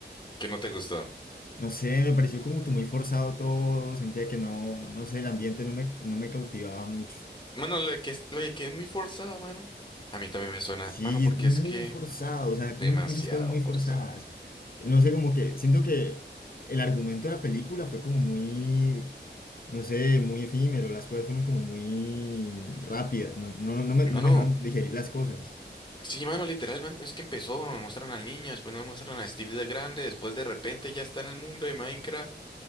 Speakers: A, on the left (about 25°); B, on the left (about 50°).
A: que no te gustó.
B: No sé, me pareció como que muy forzado todo, sentía que no, no sé, el ambiente no me, no me cautivaba mucho.
A: Mano, lo de que es, lo de que es muy forzada mano. A mí también me suena,
B: Sí,
A: mano, porque
B: muy
A: es que
B: forzado, o sea,
A: demasiado
B: mu- muchas cosas muy
A: forzado,
B: forzadas.
A: mano.
B: No sé, como que siento que el argumento de la película fue como muy, no sé, muy efímero, las cosas fueron como muy rápidas, no, no, no me,
A: Mano,
B: no me dejaron digerir las cosas.
A: sí, mano, literalmente es que empezó, nos muestran al niño, después nos muestran a Steve de grande, después de repente ya está en el mundo de Minecraft.